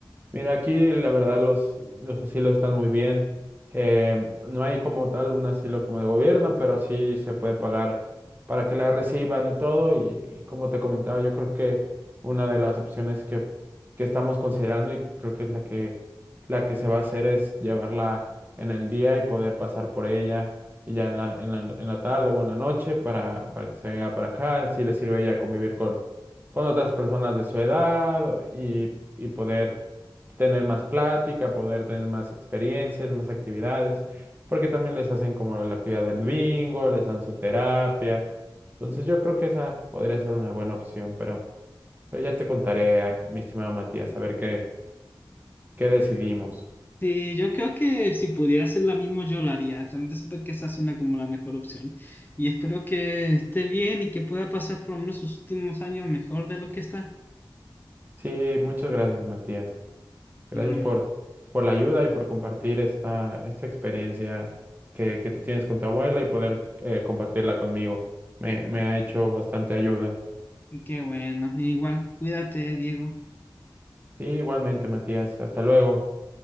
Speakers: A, on the right; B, on the left.
A: Mira, aquí la verdad los, los asilos están muy bien. Eh, no hay como tal un asilo como de gobierno, pero sí se puede pagar para que la reciban y todo. Y, y como te comentaba, yo creo que una de las opciones que, que estamos considerando y creo que es la que, la que se va a hacer es llevarla en el día y poder pasar por ella y ya en la, en la, en la tarde o en la noche para, para que se venga para acá. Si le sirve ya convivir con, con otras personas de su edad y, y poder tener más plática, poder tener más experiencias, más actividades, porque también les hacen como la actividad del bingo, les dan su terapia. Entonces yo creo que esa podría ser una buena opción, pero, pero ya te contaré, a- mi estimado Matías, a ver qué, qué decidimos.
B: Sí, yo creo que si pudiera hacer lo mismo yo lo haría. Realmente siento que esa suena como la mejor opción y espero que esté bien y que pueda pasar por lo menos sus últimos años mejor de lo que está.
A: Sí, muchas gracias, Matías. Gracias
B: Igualmente.
A: por, por la ayuda y por compartir esta, esta experiencia que, que tú tienes con tu abuela y poder eh, compartirla conmigo. Me, me ha hecho bastante ayuda.
B: Qué bueno. Igual, cuídate, Diego.
A: Sí, igualmente, Matías. Hasta luego.